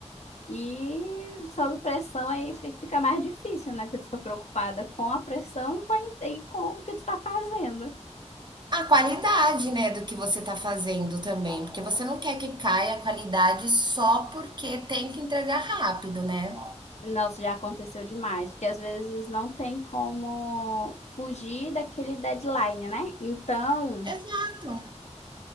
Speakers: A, on the left; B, on the right.
A: E sob pressão aí fi- fica mais difícil, né? Porque tu fica preocupada com a pressão e com, a en- e com o que tu tá fazendo.
B: A qualidade, né, do que você tá fazendo também, porque você não quer que caia a qualidade só porque tem que entregar rápido, né?
A: Nossa, já aconteceu demais, porque às vezes não tem como fugir daquele deadline, né? Então,
B: Exato.